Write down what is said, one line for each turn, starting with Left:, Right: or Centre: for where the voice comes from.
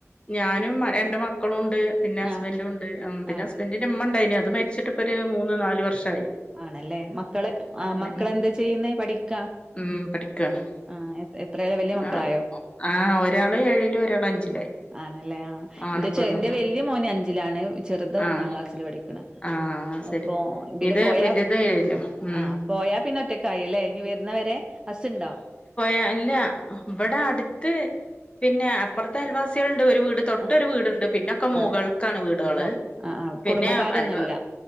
Left: ഞാനും രണ്ട് മക്കളും ഉണ്ട് പിന്നെ ഹസ്ബന്റും
Right: ആഹ്
Left: ഉണ്ട് ഉം പിന്നെ
Right: ആഹ്
Left: ഹസ്ബന്റിന്റെ ഉമ്മ ഇണ്ടായിന് അത് മരിച്ചിട്ടിപ്പോ ഒരു മൂന്ന് നാല് വർഷം
Right: ആണല്ലേ. മക്കള് ആ മക്കളെന്താ
Left: ഉം
Right: ചെയ്യുന്നേ പഠിക്കാ?
Left: ഉം പഠിക്കാണ്
Right: ആ എ എത്രയില വലിയ മക്കളായോ?
Left: ആഹ് ആഹ് ഒരാള് ഏഴിലും ഒരാള് അഞ്ചിലായി
Right: ഉം ആണല്ലേ ആ
Left: ആണും
Right: എന്റെ ചെ
Left: പെണ്ണും
Right: എന്റെ
Left: ഉം
Right: വലിയ മോന് അഞ്ചിലാണ് ചെറുത് ഒന്ന്
Left: ആഹ്
Right: ന്നാം ക്ലാസ്സില് പഠിക്ക്ണ്
Left: ആഹ് ശരി
Right: അപ്പൊ ഇതി
Left: ഇത്
Right: പോയാ
Left: വല്യത് ഏഴിലും ഉം
Right: ആഹ് പോയാ പിന്ന ഒറ്റക്കായി അല്ലേ ഇനി വരുന്നവരെ ഹസുണ്ടോ?
Left: ഏ ഇല്ല ഇവ്ടടുത്ത് പിന്നെ അപ്പർത്തെ അയൽവാസികളി ഒരു വീട് തൊട്ടൊരു
Right: ആഹ്
Left: വീടുണ്ട് പിന്നൊക്കെ മുകൾക്കാണ്
Right: ആഹ്
Left: വീടുകള്
Right: മൊ ആഹ് ആഹ്
Left: പിന്നെ
Right: കുടുംബക്കാരൊന്നുല്ല
Left: അയ്